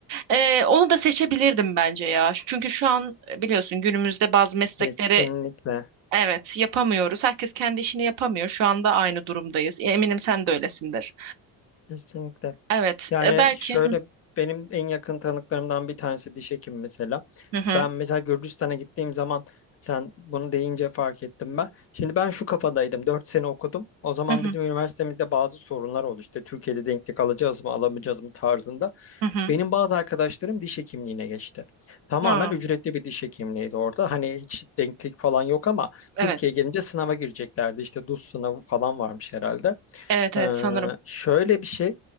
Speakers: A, on the right; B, on the left.
A: Ee, onu da seçebilirdim bence ya. Çünkü şu an e, biliyorsun günümüzde bazı meslekleri
B: Kesinlikle.
A: evet yapamıyoruz. Herkes kendi işini yapamıyor. Şu anda aynı durumdayız. E, Eminim sen de öylesindir.
B: Kesinlikle.
A: Evet,
B: Yani
A: e, belki.
B: şöyle benim en yakın tanıklarımdan bir tanesi diş hekimi mesela.
A: Hı hı.
B: Ben mesela Gürcistan'a gittiğim zaman sen bunu deyince fark ettim ben. Şimdi ben şu kafadaydım. dört sene okudum. O zaman
A: Hı hı.
B: bizim üniversitemizde bazı sorunlar oldu. İşte Türkiye'de denklik alacağız mı alamayacağız mı tarzında.
A: Hı hı. hı.
B: Benim bazı arkadaşlarım diş hekimliğine geçti. Tamamen
A: Aa,
B: ücretli bir diş hekimliğiydi orada. Hani hiç denklik falan yok ama
A: evet.
B: Türkiye'ye gelince sınava gireceklerdi. İşte DUS sınavı falan varmış herhalde.
A: Evet
B: Ee,
A: evet sanırım.
B: şöyle bir şey.